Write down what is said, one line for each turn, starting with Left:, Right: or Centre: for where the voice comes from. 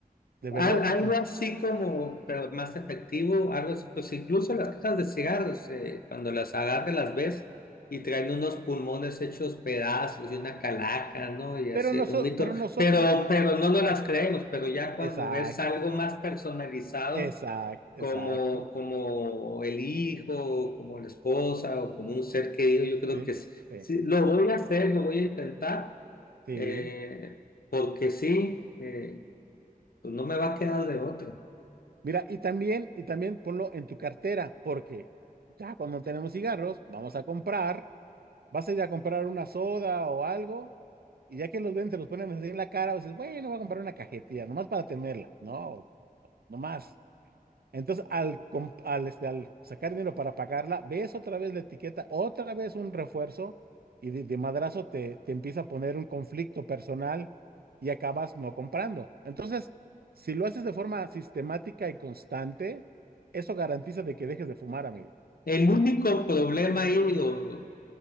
Right: De verdad
Left: Al-
Right: que
Left: algo
Right: funciona.
Left: así como, pero más efectivo, algo así, pues incluso las cajas de cigarros, eh, cuando las agarras las ves y traen unos pulmones hechos pedazos y una calaca, ¿no? Y así
Right: Pero, noso-
Left: el humito,
Right: pero nosotros,
Left: pero, pero no nos las creemos, pero ya cuando
Right: exacto,
Left: es algo más personalizado,
Right: exacto,
Left: como,
Right: exacto.
Left: como el hijo, o como la esposa, o como un ser querido, yo creo
Right: Sí,
Left: que sí,
Right: sí,
Left: sí, lo voy a hacer, lo voy a intentar,
Right: sí.
Left: eh, porque sí, eh, pues no me va a quedar de otra.
Right: Mira, y también, y también ponlo en tu cartera, porque ya cuando tenemos cigarros, vamos a comprar, vas a ir a comprar una soda o algo. Y ya que los ven, se los ponen así en la cara, o dices, bueno, voy a comprar una cajetilla, nomás para tenerla. No, nomás. Entonces, al, comp- al, este, al sacar dinero para pagarla, ves otra vez la etiqueta, otra vez un refuerzo, y de, de madrazo te, te empieza a poner un conflicto personal y acabas no comprando. Entonces, si lo haces de forma sistemática y constante, eso garantiza de que dejes de fumar, amigo.
Left: El único problema ahí, o